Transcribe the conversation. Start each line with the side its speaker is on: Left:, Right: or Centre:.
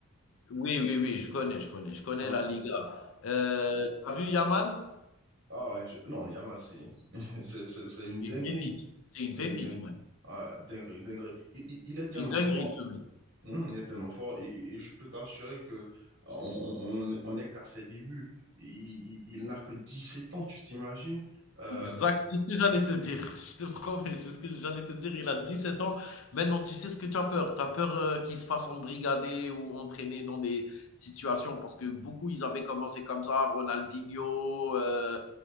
Left: Oui, oui, oui, je connais, je connais, je connais
Right: Voilà.
Left: la Liga. Euh, tu as vu Yamal?
Right: Ah ouais, je- non, Yamal, c'est <laughs> c'est c'est- c'est une
Left: C'est
Right: dinguerie.
Left: une pépite. C'est une pépite,
Right: C'est une dingue...
Left: mec.
Right: ah, dinguerie, dinguerie. Il, il- il est
Left: C'est
Right: tellement
Left: une dinguerie,
Right: fort.
Left: ce mec.
Right: Hum, il est tellement fort et, et- et je peux t'assurer que euh, on, on, on est qu'à ses débuts. Il, il- il n'a que 17 ans, tu t'imagines? Euh,
Left: Exact, c'est ce que j'allais te dire. <laughs> Je te promets, c'est ce que j'allais te dire. Il a 17 ans. Maintenant, tu sais ce que tu as peur. Tu as peur euh, qu'il se fasse embrigader ou entraîner dans des situations. Parce que beaucoup, ils avaient commencé comme ça. Ronaldinho, euh,